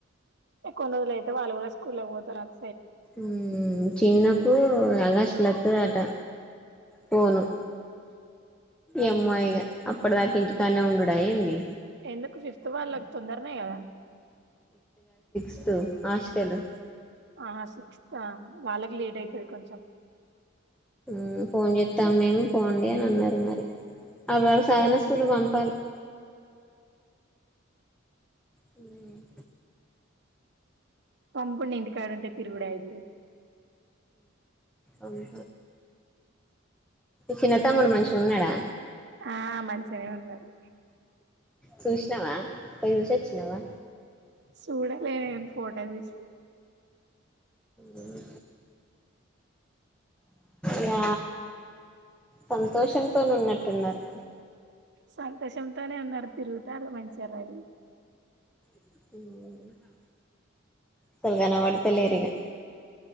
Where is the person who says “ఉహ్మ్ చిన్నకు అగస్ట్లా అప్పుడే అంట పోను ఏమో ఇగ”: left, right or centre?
Centre